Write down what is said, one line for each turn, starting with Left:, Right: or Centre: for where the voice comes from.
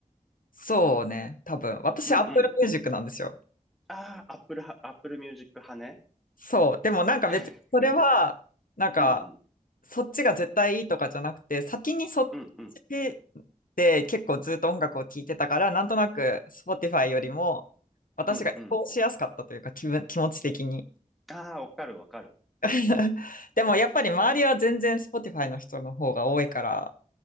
Left: そうね、多分。私、
Centre: うんうん。
Left: Apple Music なんですよ。
Centre: ああ、Apple は、Apple Music 派ね。
Left: そう。でもなんか別にそれは、
Centre: <laughs>
Left: なんか、
Centre: うんうん。
Left: そっちが絶対いいとかじゃなくて、先にそっ
Centre: うんうん。
Left: ちで結構ずっと音楽を聴いてたから、なんとなく Spotify よりも私が移行しやすかったというか、
Centre: うんうん。
Left: 気分、気持ち的に。
Centre: ああ、わかるわかる。
Left: <laughs> でもやっぱり周りは全然 Spotify の人の方が多いから、